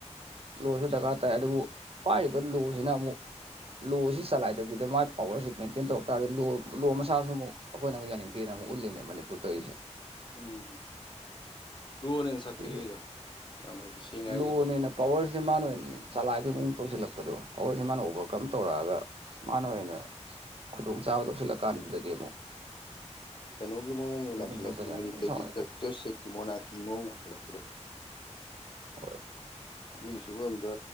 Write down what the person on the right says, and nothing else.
ꯂꯣꯁꯨ ꯗꯔꯀꯥꯔ ꯇꯥꯏ ꯑꯗꯨꯕꯨ ꯄꯥꯏꯔꯤꯕ ꯂꯣꯁꯤꯅ ꯑꯃꯨꯛ ꯂꯣꯁꯤ ꯆꯂꯥꯏꯗꯕꯤꯗ ꯃꯥꯏ ꯄꯋꯥꯔꯁꯤ ꯃꯦꯟꯇꯦꯟ ꯇꯧꯔꯛ ꯇꯥꯔꯗꯤ ꯂꯣ ꯂꯣ ꯃꯁꯥꯁꯨ ꯑꯃꯨꯛ ꯑꯩꯈꯣꯏꯅ ꯑꯃꯨꯛ ꯌꯥꯅꯤꯡꯗꯦꯅ ꯑꯃꯛ ꯎꯠꯂꯤꯅꯦ ꯃꯅꯤꯄꯨꯔ ꯇꯧꯔꯤꯁꯦ
ꯁꯤꯁꯦ
ꯂꯣꯅꯦꯅ ꯄꯋꯥꯔꯁꯦ ꯃꯥꯅ ꯆꯂꯥꯏꯕꯩ ꯃꯑꯣꯡ ꯇꯧꯁꯤꯜꯂꯛꯄꯗꯣ ꯄꯋꯥꯔꯁꯦ ꯃꯥꯅ ꯑꯣꯚꯔꯀꯝ ꯇꯧꯔꯛꯑꯒ ꯃꯥꯅ ꯑꯣꯏꯅ ꯈꯨꯗꯣꯡꯆꯥꯥꯕ ꯂꯧꯁꯤꯜꯂꯀꯥꯟꯗꯨꯗꯗꯤ ꯑꯃꯨꯛ
ꯃꯅꯤꯄꯨꯔ ꯄ꯭ꯔꯖꯥꯁꯦ
ꯂꯣꯏ ꯁꯥꯎꯔꯛꯑꯦ
ꯍꯣꯏ꯫